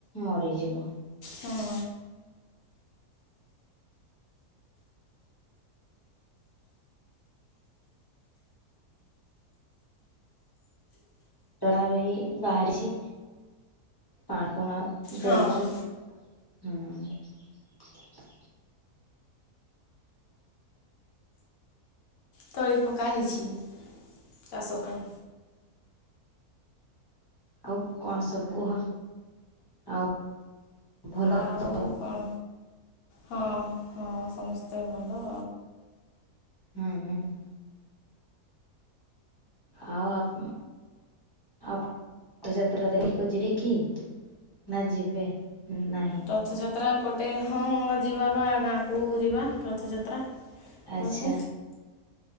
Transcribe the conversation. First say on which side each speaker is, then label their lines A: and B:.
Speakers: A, on the left; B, on the left.
A: ମରିଯିବ
B: ହଁ
A: ଡାରେ ବି ବାହାରିଛି <unintelligible>
B: ହଁ।
A: ଦେଇକି ହୁଁ <unintelligible>
B: ତଳି ପକା ହେଇଛି ଚାଷ ପାଇଁ।
A: ଆଉ କଣ ସବୁ କୁହ ଆଉ ଭଲ
B: ଆଉ
A: <unintelligible>
B: କଣ ହଁ ହଁ ସମସ୍ତେ ଭଲ ଆ
A: ହୁଁ ହୁଁ ଆଉ ଆପ- ଆଉପ ପଥଯାତ୍ରା ଦେଖିକ ଯିବେ କି ନା ଯିବେ ନାହିଁ
B: ରଥଯାତ୍ରା ପଟେ ହଁ ଯିବା ବା ଗାଁକୁ ଯିବା ରଥଯାତ୍ରା
A: ଆଚ୍ଛା
B: ବେଳକୁ